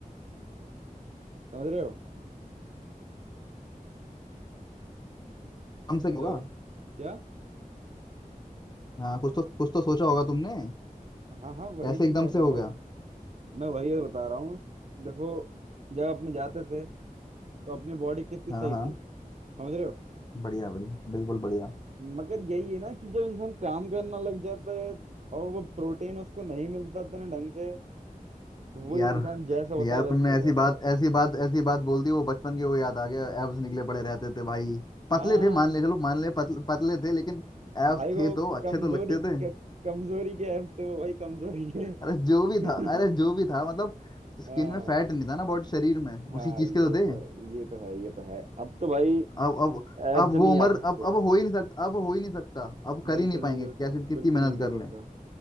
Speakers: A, on the right; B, on the left.
A: समझ रहे हो
B: एकदम से
A: हेलो
B: होगा
A: क्या
B: हाँ कुछ तो कुछ तो सोचा होगा तुमने
A: हाँ हाँ वही
B: कैसे
A: तो
B: एकदम
A: मैं बता
B: से हो
A: रहा
B: गया
A: हूँ मैं वही तो बता रहा हूँ देखो जब अपने जाते थे तो अपनी बॉडी कितनी
B: हाँ
A: सही
B: हाँ
A: थी समझ रहे हो
B: बढ़िया बढ़िया बिल्कुल बढ़िया
A: मगर यही है ना कि जब इंसान काम करना लग जाता है और वो प्रोटीन उसको नहीं मिलता इतने ढंग से तो वही
B: यार
A: इंसान जैसा होता
B: यार
A: है वैसे
B: तुमने
A: ही हो
B: ऐसी
A: जाता
B: बात
A: है
B: ऐसी बात ऐसी बात बोल दी वो बचपन के वो याद आ गया एब्स निकले पड़े रहते थे भाई पतले
A: हाँ
B: थे मान ले चलो मान ले पतले पतले थे लेकिन
A: भाई
B: एब्स
A: वो
B: थे तो अच्छे
A: कमजोरी
B: तो लगते थे
A: क- कमजोरी के हफ्ते वो भाई कमजोरी है
B: अरे जो भी
A: <laughs>
B: था अरे जो भी था मतलब स्किन
A: हाँ
B: में फैट नहीं था ना बॉडी शरीर में
A: हाँ
B: उसी चीज
A: ये
B: के तो थे
A: तो ये तो है ये तो है अब तो भाई
B: अब अब
A: एब्स
B: अब
A: नहीं
B: वो उम्र
A: आ सकते
B: अब अब हो ही नहीं सकता अब हो ही नहीं सकता अब कर
A: बिल्कुल
B: ही नहीं
A: नहीं
B: पाएंगे
A: हो
B: कैसे
A: सकते
B: भी
A: बिल्कुल
B: कितनी मेहनत
A: नहीं हो
B: कर
A: सकता
B: लें